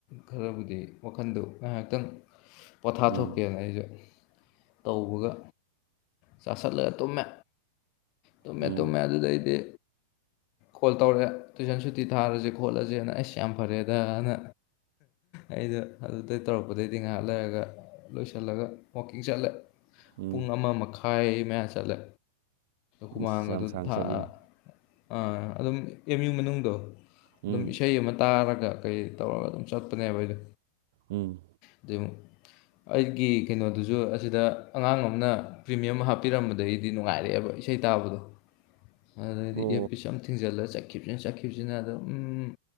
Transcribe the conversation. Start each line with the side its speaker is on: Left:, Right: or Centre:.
Left: ꯈꯔꯕꯨꯗꯤ ꯋꯥꯈꯟꯗꯣ ꯉꯥꯏꯍꯥꯛꯇꯪ ꯄꯣꯊꯥꯊꯣꯛꯀꯦꯅ
Right: ꯎꯝ
Left: ꯑꯩꯖꯨ ꯇꯧꯕꯒ ꯆꯥꯁꯜꯂꯒ ꯇꯨꯝꯃꯦ ꯇꯨꯝꯃꯦ
Right: ꯎꯝ
Left: ꯇꯨꯝꯃꯦ ꯑꯗꯨꯗꯩꯗꯤ ꯀꯣꯜ ꯇꯧꯔꯛꯑꯦ ꯇꯨꯏꯁꯟ ꯁꯨꯇꯤ ꯊꯥꯔꯖꯦ ꯈꯣꯠꯂꯖꯦꯅ ꯑꯩꯁ ꯌꯥꯝ ꯐꯔꯦꯗꯅ ꯑꯩꯗꯣ ꯑꯗꯨꯗꯩ ꯇꯧꯔꯛꯄꯗꯩꯗꯤ ꯉꯥꯏꯍꯥꯛ ꯂꯩꯔꯒ ꯂꯣꯏꯁꯜꯂꯒ ꯋꯥꯀꯤꯡ ꯆꯠꯂꯦ
Right: ꯎꯝ
Left: ꯄꯨꯡ ꯑꯃ ꯃꯈꯥꯏ ꯃꯌꯥ ꯆꯠꯂꯦ꯫ ꯍꯨꯃꯥꯡꯒꯗꯨ
Right: ꯏꯁ ꯌꯥꯝ ꯁꯥꯡ
Left: ꯊꯥꯛꯑ
Right: ꯆꯠꯂꯤꯅꯦ
Left: ꯑꯥ ꯑꯗꯨꯝ ꯑꯦꯝ ꯌꯨ ꯃꯅꯨꯡꯗꯣ
Right: ꯎꯝ
Left: ꯑꯗꯨꯝ ꯏꯁꯩ ꯑꯃ ꯇꯥꯔꯒ ꯀꯩ ꯇꯧꯔꯒ ꯑꯗꯨꯝ ꯆꯠꯄꯅꯦꯕ ꯑꯩꯗꯣ
Right: ꯎꯝ
Left: ꯑꯗꯨ ꯑꯩꯒꯤ ꯀꯩꯅꯣꯗꯨꯖꯨ ꯑꯁꯤꯗ ꯑꯉꯥꯡ ꯑꯃꯅ ꯄ꯭ꯔꯤꯃꯤꯌꯝ ꯍꯥꯞꯄꯤꯔꯝꯕꯗꯩꯗꯤ ꯅꯨꯡꯉꯥꯏꯔꯛꯑꯦꯕ ꯏꯁꯩ ꯇꯥꯕꯗꯣ ꯑꯗꯨꯗꯗꯤ
Right: ꯑꯣ
Left: ꯑꯦꯔꯄꯤꯁ ꯑꯃ ꯊꯤꯡꯖꯤꯜꯂ ꯆꯠ ꯆꯠꯈꯤꯕꯁꯤꯅ ꯆꯠꯈꯤꯕꯁꯤꯅ ꯑꯗꯨꯝ ꯎꯝ